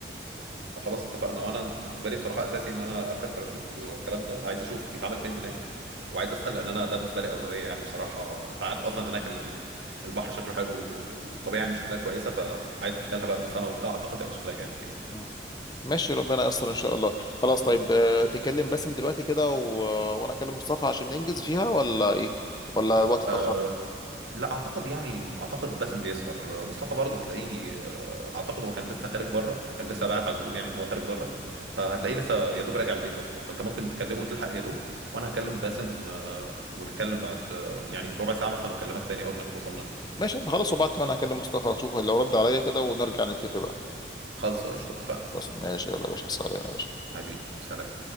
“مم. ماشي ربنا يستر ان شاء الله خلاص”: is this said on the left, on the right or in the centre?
Left